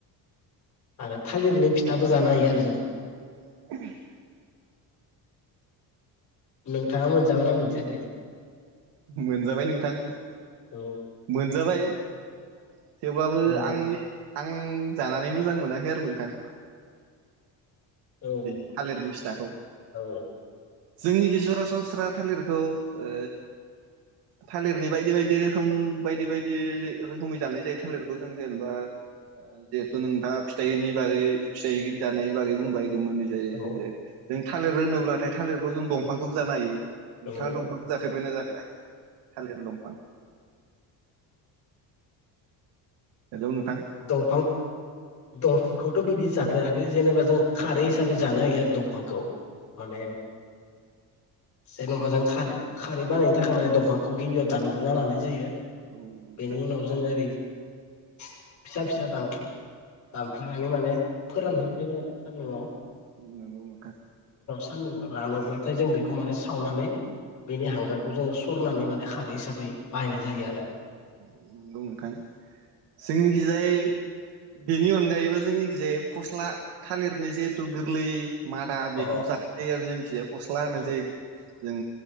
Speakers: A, on the left; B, on the right.
A: आरो थालिरनि फिथाबो जानो हायो आरो जों।
B: <inaudible>
A: नोंथाङा मोनजाबाय ना मोनजायाखै?
B: मोनजाबाय नोंथां
A: औ
B: मोनजाबाय। <inaudible> थेवब्लाबो
A: औ
B: आंनि आं जानानै मोजां मोनाखै आरो नोंथां।
A: औ
B: बिनि थालिरनि फिथाखौ।
A: औ
B: जोंनिखि सरासनस्रा थालिरखौ ओ थालिरनि बायदि बायदि रोखोम बायदि बायदि रोखोमै जानाय जायो थालिरखौ जों जेनेबा ओ जिहेथु नोंथाङा फिथाइनि बागै फिथाइनि जानायनि बागै बुंबाय। गोमोनै जायो
A: औ
B: थांङै जायो। जों थालिर होनोब्लाथाय थालिरखौ जों दंफांखौबो जानो हायो। नोंथाङा
A: औ
B: दंफांखो जाफेरबायना जायाख <unintelligible> थालिर दंफां। हेल' नोंथां।
A: दंफां दंफांखौथ' बिदि जाफेराखै जेनेबा जों खारै हिसाबै जानो हायो आरो दंफांखौ माने जेन'बा जों खार-खारै बानायनो थाखाय माने दंफांखौ गिबियाव दानग्रोना लानाय जायो।
B: औ नोंथां
A: बेनि उनाव जों ओरै फिसा फिसा दांख्लि दानफ्लेनानै माने फोराननाय जायो आरो सान्दुआव।
B: नंगौ नोंथां।
A: सान्दुंआव रानोब्लाथाय जों बेखौ माने सावनानै बेनि हांगारखौ जोङो सरनानै माने खारै हिसाबै बाहायनाय जायो आरो।
B: नंगौ नोंथां जोंनिखिजाय बेनि अनगायैबो जोंनिखिजाय फस्ला थालिरनि जिहेथु गोरलै मादा
A: औ
B: बेखौ जानाय जायो आरो जोंखिजा फस्ला होन्नाय
A: अ औ
B: जायो। जों